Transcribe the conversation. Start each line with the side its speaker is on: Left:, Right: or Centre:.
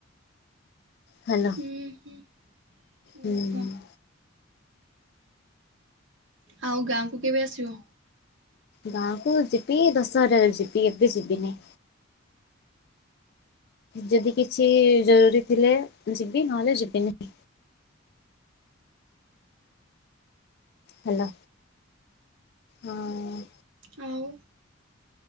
Left: ହେନ
Right: ହୁଁ ହୁଁ ଓହୋ
Left: ହୁଁ
Right: ଆଉ ଗାଁକୁ କେବେ ଆସିବ?
Left: ଗାଁ କୁ ଯିବି ଦଶହରାରେ ଯିବି ଏବେ ଯିବିନି। ଯଦି କିଛି ଜରୁରୀ ଥିଲେ ଯିବି ନହଲେ ଯିବିନି। ହେଲୋ, ହଁ
Right: ଆଉ